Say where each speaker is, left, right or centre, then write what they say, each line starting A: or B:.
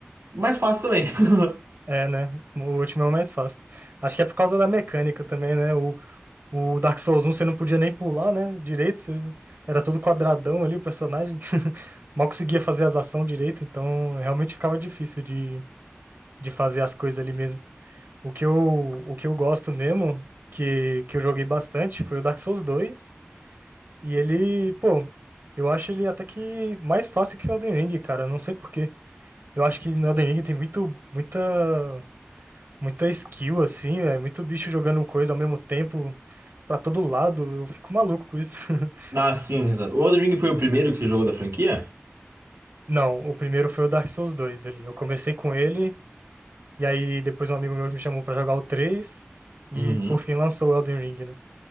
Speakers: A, on the right; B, on the right.
A: mais fácil também. <laughs>
B: É, né? O último é o mais fácil. Acho que é por causa da mecânica também, né? O, o Dark Souls um você não podia nem pular, né? Direito, você... era todo quadradão ali o personagem. <laughs> Mal conseguia fazer as ações direito, então realmente ficava difícil de, de fazer as coisas ali mesmo. O que eu, o que eu gosto mesmo, que, que eu joguei bastante, foi o Dark Souls dois E ele, pô, eu acho ele até que mais fácil que o Elden Ring, cara. Não sei por quê. Eu acho que no Elden Ring tem muito, muita muita skill assim, é muito bicho jogando coisa ao mesmo tempo pra todo lado. Eu fico maluco com isso. <laughs>
A: Ah, sim, exato. O Elden Ring foi o primeiro que você jogou da franquia?
B: Não, o primeiro foi o Dark Souls 2 ali. Eu comecei com ele e aí depois um amigo meu me chamou pra jogar o 3 e
A: Uhum.
B: por fim lançou o Elden Ring, né?